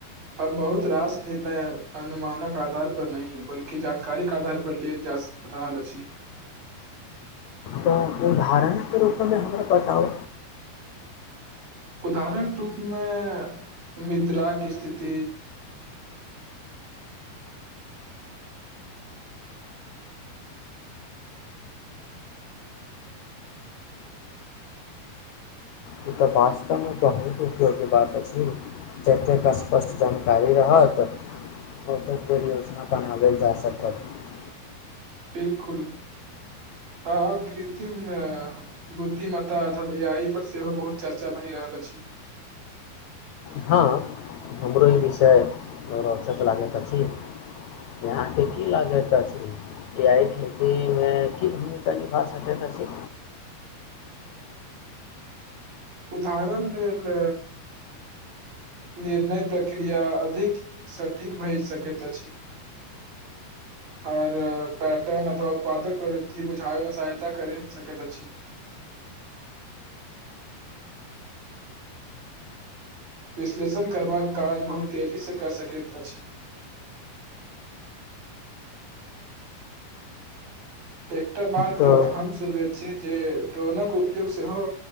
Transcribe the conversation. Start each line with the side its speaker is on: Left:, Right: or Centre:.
Right: अब बहुत रास निर्णय अनुमानक आधार पर नहि बल्कि जानकारी के आधार पर लेल जा रहल से अछि
Left: तऽ उदाहरणके रूपमे हमरा बताउ
Right: उदाहरण रूपमे मिद्राक स्थित
Left: ई तऽ वास्तवमे कहैके उपयोग्य बात अछि जतेक स्पष्ट जानकारी रहत ओतेक बेर योजना बनाबल जा सकत
Right: बिलकुल आ कृत्रिम बुद्धिम्ता अर्थात ए आइ पर सेहो बहुत चर्चा भए रहल अछि
Left: हँ हमरो ई विषय रौचत लागैत अछि अहाँके की लागैत अछि कि एहिइ खेतीमे की भूमिका निभा सकैत अछि
Right: उदाहरण लेल निर्णय प्रक्रिया अधिक सठिक भए सकैत अछि आर पैटर्न अथव उत्पादक प्रवृत्ति बुझाबैमे सहायता करि सकैत अछि विश्लेषण करबाक काज बहुत तेजीसँ कर सकैत अछि एक <unintelligible> बात
Left: तऽ
Right: हम शुरूए सँ जे ड्रोनक उपयोग सेहो